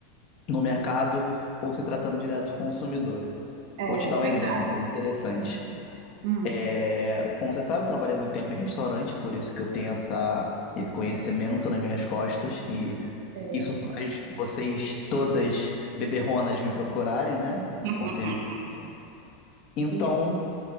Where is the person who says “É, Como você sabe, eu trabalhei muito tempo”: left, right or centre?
Left